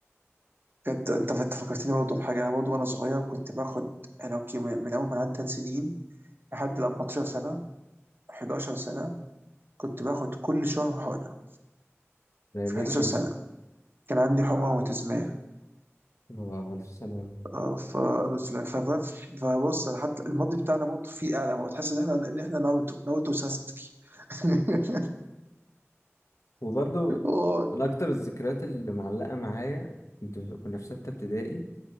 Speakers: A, on the right; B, on the left.
A: بجد انت انت فكرتني برضه بحاجه انا برضه وانا صغير كنت باخد انا اوكي من من اول ما عندي ثلاث سنين لحد ال 14 سنه 11 سنه كنت باخد كل شهر حقنه
B: ده
A: في
B: ليه
A: 11
B: كده
A: سنه كان عندي حمى روماتيزميه
B: هو ألف سلام
A: اه ف بس لا، ف- ف- فبص أنا حتى الماضي بتاعنا برضه فيه اعلى هو تحس ان احنا ان احنا ناروتو ناروتو وساسكي <laughs>
B: وبرضه
A: واي
B: من أكتر الذكريات اللي معلقة معايا كنت كنا في ستة ابتدائي